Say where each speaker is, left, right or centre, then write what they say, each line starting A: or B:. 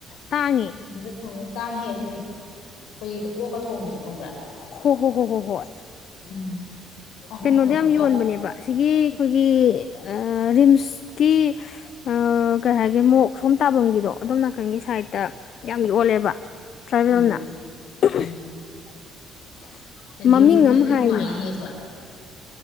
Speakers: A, on the left; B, on the left.
A: ꯇꯥꯡꯉꯤ
B: ꯑꯗꯨꯗ ꯊꯣꯡꯉꯦ ꯇꯥꯡ ꯍꯦꯛ ꯑꯗꯨꯗꯤ ꯑꯩꯈꯣꯏꯒꯤꯒ ꯑꯣꯛꯀ ꯊꯣꯡꯕꯤꯗꯣ ꯈꯪꯕ꯭ꯔꯥ
A: ꯍꯣ ꯍꯣ ꯍꯣꯏ ꯍꯣꯏ ꯍꯣꯏ
B: ꯎꯝ ꯃꯍꯣꯛꯀ
A: ꯀꯩꯅꯣꯗ
B: ꯊꯣꯡꯉꯒ
A: ꯌꯥꯝ ꯌꯣꯟꯕꯅꯦꯕ ꯑꯁꯤꯒꯤ ꯑꯈꯣꯏꯒꯤ ꯑꯥ - ꯔꯤꯝꯁꯀꯤ ꯑꯥ - ꯀꯩ ꯍꯥꯏꯒꯦ ꯃꯣꯛ ꯁꯣꯝ ꯇꯥꯕꯝꯒꯤꯗꯣ ꯑꯗꯣꯝ ꯅꯥꯀꯟꯒꯤ ꯁꯥꯏꯗꯇ ꯌꯥꯝ ꯌꯣꯜꯂꯦꯕ ꯇ꯭ꯔꯥꯏꯕꯦꯜꯅ
B: ꯎꯝ
A: <unintelligible>
B: ꯎꯝ
A: ꯃꯃꯤꯡ
B: ꯌꯦꯔꯨꯝ ꯐꯨꯠꯄꯁꯨ
A: ꯑꯃ
B: ꯑꯗꯨꯝ
A: ꯍꯥꯏꯅꯦ
B: ꯅꯨꯡꯉꯥꯏꯅꯤꯍꯦ ꯑꯊꯣꯏ